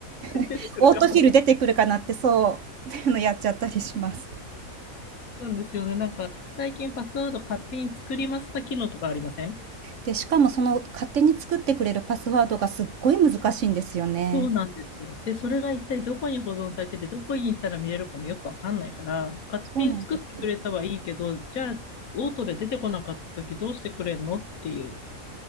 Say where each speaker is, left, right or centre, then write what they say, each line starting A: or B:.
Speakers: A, on the right; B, on the left.
A: う、
B: 出てくるかも。
A: オートフィル出てくるかなって、そう、<laughs> っていうのやっちゃったりします。
B: そうなんですよね。なんか、最近パスワード勝手に作りますか機能とかありません
A: で、しかもその勝手に作ってくれるパスワードがすっごい難しいんですよね。
B: そうなんですよ。で、それが一体どこに保存されてて、どこに行ったら見れるかもよくわかんないから、勝手に作ってくれたはいいけど、
A: そうなんですよ。
B: じゃあ、オートで出てこなかった時どうしてくれんのっていう。